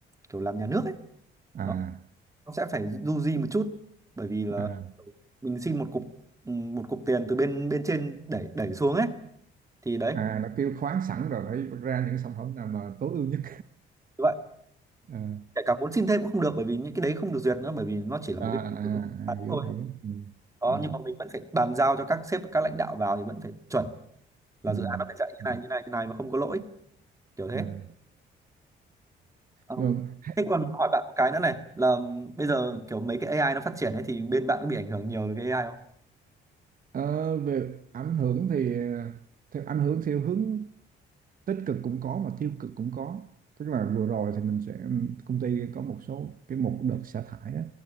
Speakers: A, on the right; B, on the right.
A: kiểu làm nhà nước ấy
B: à,
A: nó, nó sẽ phải du di một chút bởi vì là
B: à
A: mình xin một cục ừ, một cục tiền từ bên bên trên đẩy đẩy xuống ấy thì đấy
B: à nó kêu khoáng sẵn rồi phải vắt ra những sản phẩm nào mà tối ưu nhất
A: vậy
B: à,
A: kể cả muốn xin thêm cũng không được bởi vì những cái đấy không được duyệt nữa bởi vì nó chỉ là
B: à,
A: một cái
B: à,
A: <laughs> dự án
B: à, hiểu
A: thôi
B: hiểu ừ,
A: đó
B: ừ,
A: nhưng mà mình vẫn phải bàn giao cho các sếp các lãnh đạo vào thì vẫn phải chuẩn là
B: ừ,
A: dự án nó phải chạy như
B: ừ.
A: này như này như này mà không có lỗi kiểu thế
B: à.
A: Ờ,
B: Nhưng mà
A: Thế còn hỏi bạn một cái nữa này là bây giờ kiểu mấy cái AI nó phát triển ấy thì bên bạn có bị ảnh hưởng nhiều từ cái AI không?
B: ờ, về ảnh hưởng thì ờ, theo ảnh hưởng theo hướng tích cực cũng có mà tiêu cực cũng có tức là vừa rồi thì mình sẽ công ty có một số cái một đợt xả thải đó